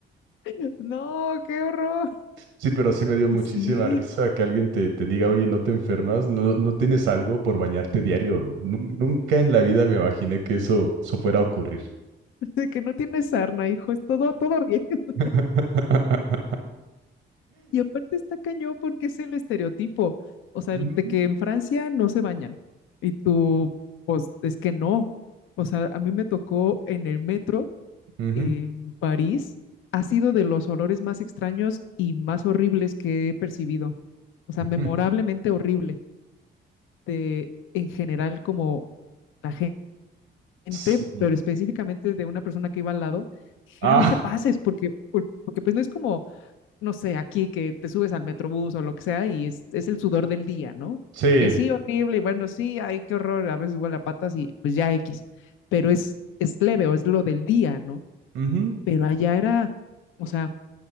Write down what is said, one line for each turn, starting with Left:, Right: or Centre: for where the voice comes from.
Left: <laughs> No, qué horror.
Right: Sí, pero sí me dio
Left: Y
Right: muchísima
Left: sí,
Right: risa que alguien te, te diga, oye, no te enfermas, no, no tienes algo por bañarte diario. Nun- nunca en la vida me imaginé que eso, eso fuera a ocurrir.
Left: <laughs> de que no tiene sarna, hijo, es todo, todo bien. <laughs>
Right: <laughs>
Left: Y aparte está cañón porque es el estereotipo, o sea,
Right: Ujú,
Left: el de que en Francia no se bañan. Y tú, pues, es que no. O sea, a mí me tocó en el metro
Right: ujú,
Left: en París, ha sido de los olores más extraños y más horribles que he percibido. O sea,
Right: ujú.
Left: memorablemente horrible de en general como la gente,
Right: Sí.
Left: pero específicamente de una persona que iba al lado, dije,
Right: Ah,
Left: ah, no te pases, porque, por- porque pues no es como, no sé, aquí que te subes al metrobús o lo que sea y es, es el sudor del día, ¿no?
Right: sí.
Left: Que sí, horrible, y bueno, sí, ay, qué horror, a veces huele a patas y pues ya X, pero es, es leve o es lo del día, ¿no?
Right: ujú.
Left: Pero allá era, o sea,